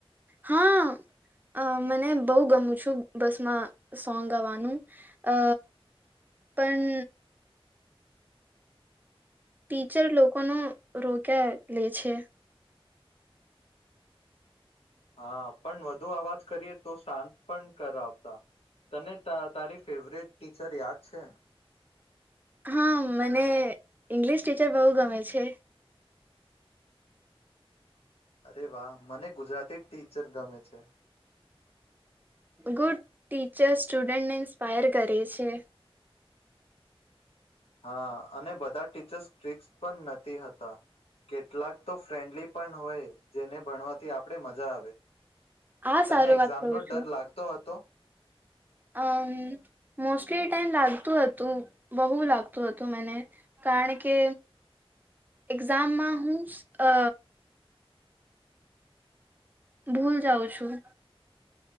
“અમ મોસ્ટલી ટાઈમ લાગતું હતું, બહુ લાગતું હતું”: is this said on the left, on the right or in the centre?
Right